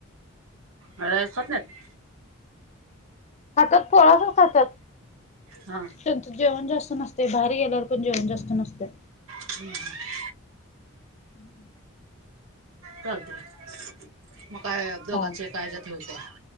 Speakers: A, on the right; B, on the left.
A: रसा खात नाहीत.
B: खातात, थोडासाच खातात.
A: हां.
B: त्यांंच जेवण जास्त नसतंय, बाहेर गेल्यावर पण जेवण जास्त नसतंय.
A: <inaudible>
B: <inaudible>
A: चालतय म काय दोघांच
B: हा
A: एका हेज्यात हे होतय.